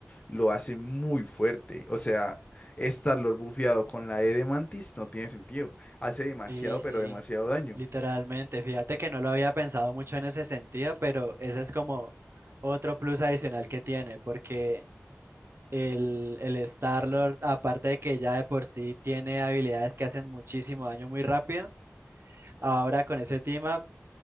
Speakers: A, on the left; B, on the right.
A: lo hace muy fuerte. O sea, Star-Lord bufeado con la E de Mantis no tiene sentido. Hace demasiado,
B: Y
A: pero
B: sí,
A: demasiado daño.
B: literalmente, fíjate que no lo había pensado mucho en ese sentido, pero ese es como otro plus adicional que tiene, porque el, el Star-Lord, aparte de que ya de por sí tiene habilidades que hacen muchísimo daño muy rápido, Ahora con ese team up